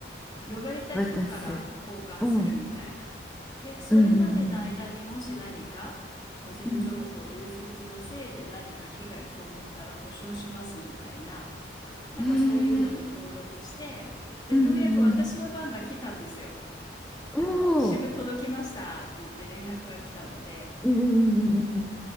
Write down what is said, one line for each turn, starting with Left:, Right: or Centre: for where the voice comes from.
Left: 呼ばれた人から交換するみたいな。
Centre: 渡す、うん、うん
Left: で、それまでの間にもし何か、
Centre: うんうん、
Left: 個人情報流出のせいで何か被害被ったら保証しますみたいな、
Centre: うん。
Left: なんかそういうのに登録して、
Centre: へえ
Left: で、
Centre: うんうんうん
Left: ようやく私の番が来たんですよ。
Centre: おお
Left: あの、支部届きましたって言って連絡が来たので、
Centre: うんうんうん